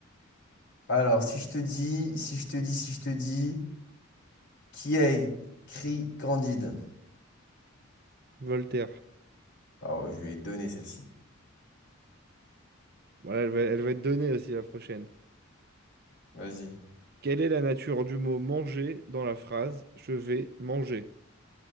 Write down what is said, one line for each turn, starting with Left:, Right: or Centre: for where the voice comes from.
Left: Alors, si je te dis, si je te dis, si je te dis. Qui a écrit Candide?
Right: Voltaire.
Left: Ah ouais, je lui ai donné celle-ci.
Right: Voilà, elle va, elle va être donnée aussi la prochaine.
Left: Vas-y.
Right: Quelle est la nature du mot manger dans la phrase je vais manger?